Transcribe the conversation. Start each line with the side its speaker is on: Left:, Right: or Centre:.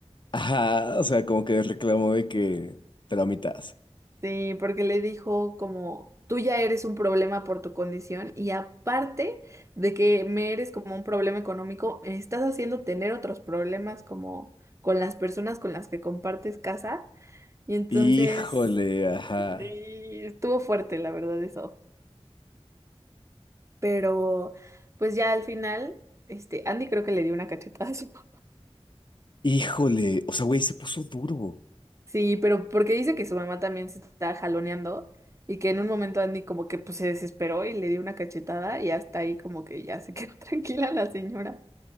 Left: Ajá, o sea, como que reclamó de que te la mitas
Right: Sí, porque le dijo como, tú ya eres un problema por tu condición y aparte de que me eres como un problema económico, me estás haciendo tener otros problemas como con las personas con las que compartes casa. Y entonces,
Left: Híjole, ajá.
Right: y estuvo fuerte, la verdad, eso. Pero pues ya al final, este, Andy creo que le dio una cachetada a su papá.
Left: Híjole. O sea, güey, se puso duro.
Right: Sí, pero porque dice que su mamá también se está jaloneando y que en un momento Andy como que pues se desesperó y le dio una cachetada y hasta ahí como que ya se quedó <laughs> tranquila la señora.